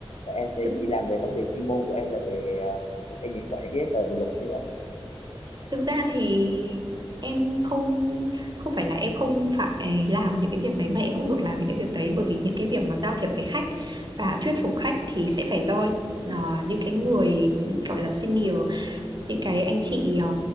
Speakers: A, on the left (about 80°); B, on the right (about 45°).
A: và em sẽ
B: thực,
A: chỉ làm về vấn đề chuyên môn của em là về à, ok những soạn những cái giấy tờ về luật như vậy
B: thực ra thì em không không phải là em không phải à, làm những cái việc đấy mà em không được làm những cái việc đấy bởi vì những cái việc mà giao thiệp với khách và thuyết phục khách thì sẽ phải do ờ, những cái người gọi là senior những cái anh chị ờ,